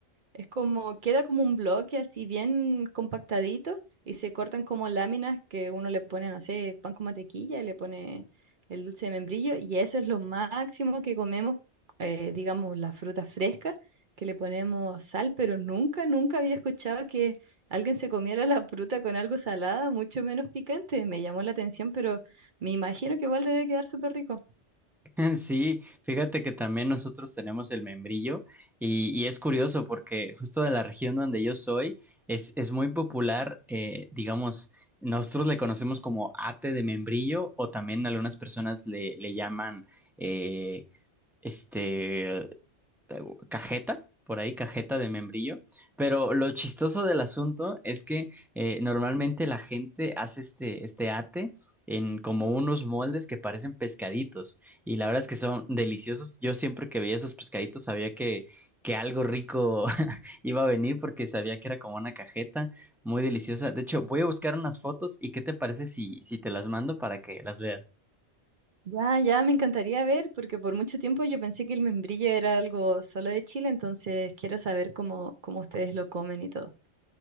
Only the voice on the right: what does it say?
es como, queda como un bloque así bien compactadito y se cortan como láminas que uno le pone, no sé, pan con mantequilla y le pone el dulce de membrillo y eso es lo máximo que comemos, eh, digamos, la fruta fresca, que le ponemos sal, pero nunca, nunca había escuchado que... Alguien se comiera la fruta con algo salada, mucho menos picante, me llamó la atención, pero me imagino que igual debe quedar súper rico.
Ya, ya me encantaría ver, porque por mucho tiempo yo pensé que el membrillo era algo solo de Chile, entonces quiero saber cómo, cómo ustedes lo comen y todo.